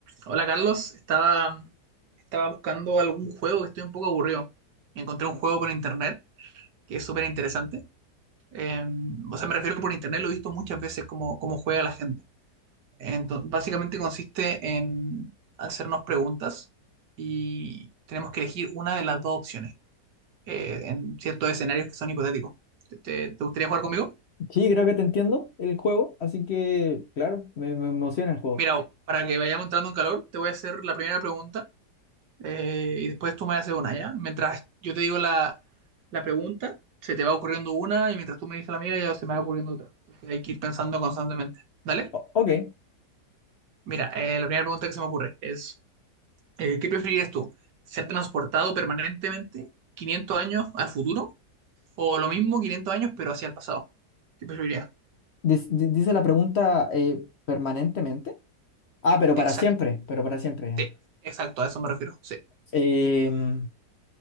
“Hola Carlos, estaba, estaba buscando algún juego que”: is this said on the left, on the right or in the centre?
Right